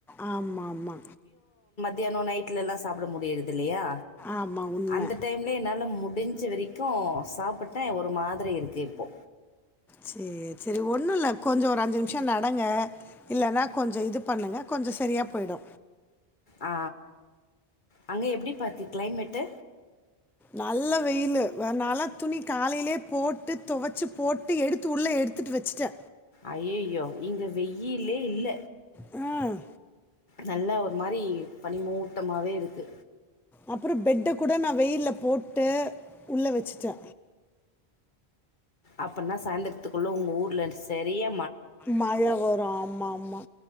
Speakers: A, in the centre; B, on the left.
A: ஆமா ஆமா
B: தியானோ நைட்ல எல்லா சாப்ட முடியறது இல்லையா
A: ஆமாம் உண்மை
B: அந்த டைம்லயே என்னால முடிஞ்ச வரைக்கு சாப்புட்டே ஒரு மாதிரி இருக்கு இப்போ
A: செரி செரி ஒண்ணு இல்ல கொஞ்சோ ஒரு அஞ்சு நிமிஷோ நடங்க இல்லன்னா கொஞ்சம் இது பண்ணுங்க கொஞ்சம் செரியா போயிடு
B: ஆ அங்க எப்டி பார்த்தி க்ளைமெட்டு
A: நல்ல வெயிலு அதனால துணி காலைலயே போட்டு துவச்சு போட்டு எடுத்து உள்ள எடுத்துட்டு வச்சுட்டே
B: ஐயையோ இங்க வெயிலே இல்ல
A: ம்
B: நல்லா ஒரு மாரி பனிமூ மூட்டமாவே இருக்கு
A: அப்புறோ பெட்ட கூட நா வெயில போட்டு உள்ள வச்ட்டே
B: அப்பனா சாயந்திரத்துக்குள்ள உங்க ஊர்ல செரியா
A: மழ வரு ஆம் ஆமா ஆமா